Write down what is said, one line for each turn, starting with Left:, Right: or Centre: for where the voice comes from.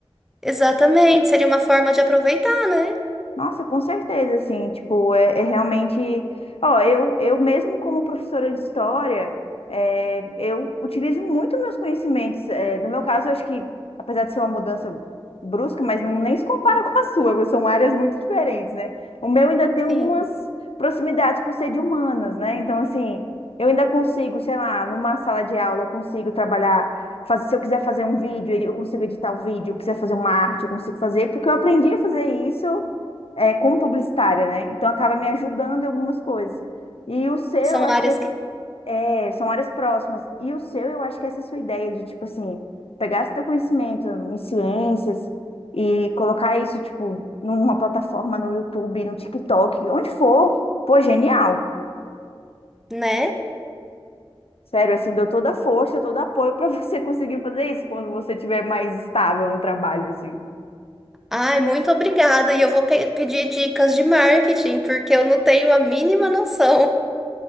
Centre: Exatamente, seria uma forma de aproveitar, né?
Left: Nossa, com certeza, assim, tipo, é, é realmente. Ó, eu, eu mesmo como professora de história, é, eu utilizo muito meus conhecimentos. É, no meu caso, eu acho que, apesar de ser uma mudança brusca, mas não nem se compara <laughs> com a sua, porque são áreas muito diferentes, né? O meu ainda tem algumas
Centre: Sim,
Left: proximidades por ser de humanas, né? Então, assim, eu ainda consigo, sei lá, numa sala de aula, eu consigo trabalhar. Fazer, se eu quiser fazer um vídeo, eu consigo editar o vídeo, Se eu quiser fazer uma arte, eu consigo fazer, porque eu aprendi a fazer isso é, como publicitária, né? Então acaba me ajudando em algumas coisas. E o seu, eu
Centre: são
Left: acho
Centre: áreas
Left: que é, se-
Centre: que,
Left: é, são áreas próximas. E o seu, eu acho que essa é a sua ideia de, tipo assim, pegar esse teu conhecimento em ciências e colocar isso, tipo, numa plataforma no YouTube, no TikTok, onde for. Pô, genial.
Centre: né?
Left: Sério, assim, dou toda a força, todo apoio para <laughs> você conseguir fazer isso quando você estiver mais estável no trabalho, assim.
Centre: Ai, muito obrigada. E eu vou pe- pedir dicas de marketing, porque eu não tenho a mínima noção.